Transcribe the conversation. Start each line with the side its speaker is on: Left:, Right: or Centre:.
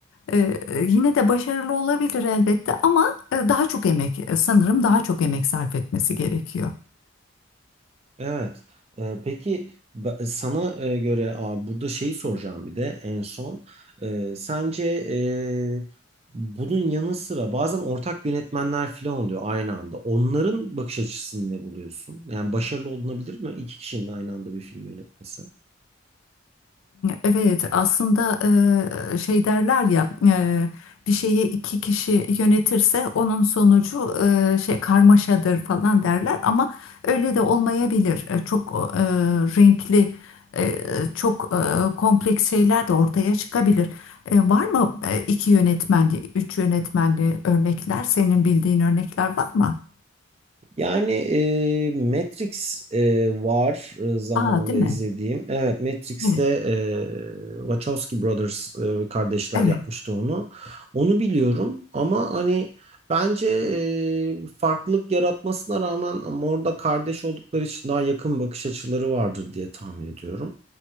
Left: Ee, yine de başarılı olabilir elbette ama e, daha çok emek e, sanırım daha çok emek sarf etmesi gerekiyor.
Right: Evet. Ee, peki ba- sana e, göre abi burada şeyi soracağım bir de en son. Ee, sence e, bunun yanı sıra bazen ortak yönetmenler falan oluyor aynı anda. Onların bakış açısını ne buluyorsun? Yani başarılı olunabilir mi iki kişinin aynı anda bir film yönetmesi?
Left: Evet, aslında e, şey derler ya e, bir şeyi iki kişi yönetirse onun sonucu e, şey karmaşadır falan derler ama öyle de olmayabilir. E, Çok e, renkli, e, çok e, kompleks şeyler de ortaya çıkabilir. E, Var mı e, iki yönetmenli, üç yönetmenli örnekler? Senin bildiğin örnekler var mı?
Right: Yani e, Matrix e, var e, zamanında
Left: Aa, değil
Right: izlediğim.
Left: mi?
Right: Evet Matrix'te
Left: Evet,
Right: e, Wachowski Brothers e, kardeşler
Left: evet,
Right: yapmıştı onu. Onu biliyorum ama hani bence e, farklılık yaratmasına rağmen ama orada kardeş oldukları için daha yakın bakış açıları vardır diye tahmin ediyorum.